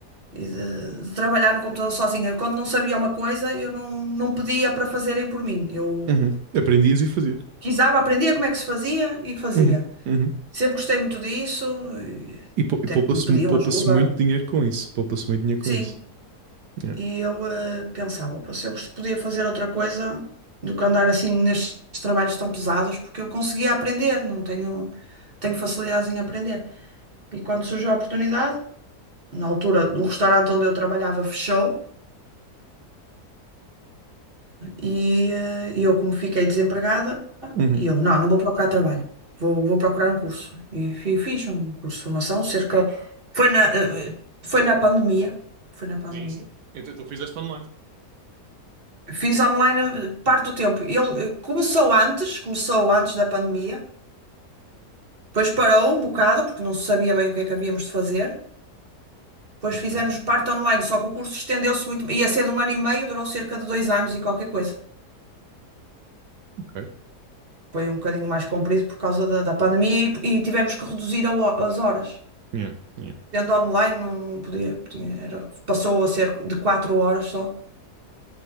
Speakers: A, on the right; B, on the right.
A: e de, de trabalhar no computador sozinha. Quando não sabia uma coisa, eu não, não pedia para fazerem por mim. Eu
B: Uhum. Aprendias e fazias.
A: quisava, aprendia como é que se fazia e fazia.
B: Uhum, uhum.
A: Sempre gostei muito disso, e
B: E, pou-
A: até
B: e poupa-se
A: me pediam
B: poupa-se
A: ajuda.
B: muito dinheiro com isso. Poupa-se muito dinheiro
A: Sim,
B: com isso. Yeah.
A: e eu eh, pensava, "Pô, se eu gost- podia fazer outra coisa do que andar assim nestes trabalhos tão pesados, porque eu conseguia aprender, não tenho, tenho facilidades em aprender. E quando surgiu a oportunidade, na altura, o restaurante onde eu trabalhava fechou, E eh, e eu, como fiquei desempregada,
B: Uhum.
A: e eu, não, não vou procurar trabalho, vou, vou procurar um curso. E fi- fiz um curso de formação, cerca. Foi na, eh, eh, foi na pandemia. Foi na pandemia.
B: Sim, sim. Então tu fizeste online.
A: Fiz online eh, parte do tempo. Ele eh, começou antes, começou antes da pandemia, depois parou um bocado, porque não se sabia bem o que é que havíamos de fazer. Depois
B: Ok,
A: fizemos parte online, só que o curso estendeu-se muito. Ia ser de um ano e meio, durou cerca de dois anos e qualquer coisa.
B: ok.
A: Foi um bocadinho mais comprido por causa da, da pandemia e, e tivemos que reduzir a ho- as horas.
B: Yeah, yeah.
A: Sendo online, não, não podia, tinha- era- passou a ser de quatro horas só.